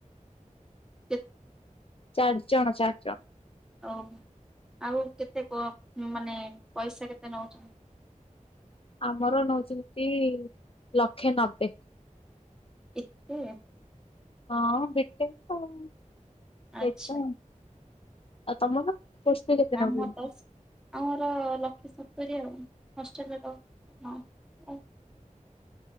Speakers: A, in the centre; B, on the left.
A: କେ
B: ଚାରି ଜଣ ଚାରି ଜଣ।
A: ଓ ହୋ ଆଉ କେତେ କଣ ମାନେ ପଇସା କେତେ ନଉଛନ୍ତି?
B: ଆମର ନଉଛନ୍ତି ଲକ୍ଷେ ନବେ।
A: ଏତେ
B: ହଁ ବି ଟେକ୍ ଆଉ
A: ଆଚ୍ଛା
B: ସେଇଥିପାଇଁ। ଆଉ ତମର? କୋର୍ସ ଫି କେତେ
A: ଆମ
B: ନଉଛନ୍ତି?
A: ତ ଆମର ଲକ୍ଷେ ସତୁରୀ ଆଉ। ହଷ୍ଟେଲ୍ ରେ ରହୁଚୁ ଆଉ।